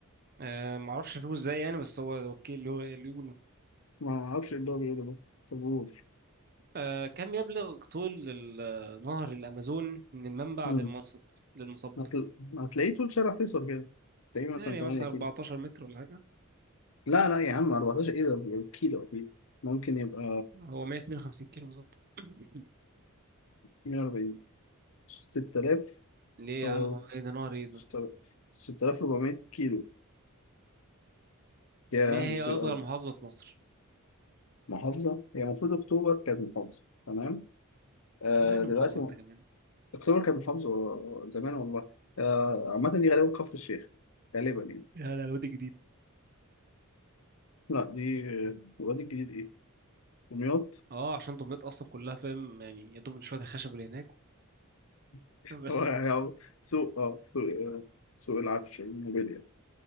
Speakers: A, on the right; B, on the left.
A: آه، معرفش أشوفه إزاي يعني بس هو أوكي اللي هو اللي يقوله
B: ما اعرفش ايه اللي هو بيقوله ده طب قول
A: آه، كم يبلغ طول ال- آه، نهر الأمازون من المنبع
B: أمم،
A: للمصب للمصب
B: هتل... هتلاقيه طول شارع فيصل كده تلاقيه مثلا
A: يعني
B: 8
A: مثلا
B: كيلو
A: 14 متر ولا حاجة
B: لا لا يا عم 14 ايه ده كيلو اكيد ممكن يبقى
A: هو 152 كيلو بالظبط <coughs>
B: 140 6000
A: ليه
B: آه،
A: يا عم هو ايه ده نهر ايه ده
B: 6000 6400 كيلو يا
A: ما هي اصغر
B: طويل قوي
A: محافظة في مصر
B: محافظة هي المفروض أكتوبر كانت محافظة تمام آه
A: تقول ايه المحافظة
B: دلوقتي
A: انت
B: م...
A: كمان
B: أكتوبر كانت محافظة و- و- زمان والله آه عامة دي غالبا كفر الشيخ غالبا يعني
A: يا لا وادي جديد
B: لا دي آه، الوادي الجديد إيه دمياط
A: اه عشان دمياط اصلا كلها فاهم يعني يا دوب شوية الخشب اللي هناك
B: <laughs>
A: <laughs> بس
B: هو يعني سوق اه سوق آه، سوق العفش الموبيليا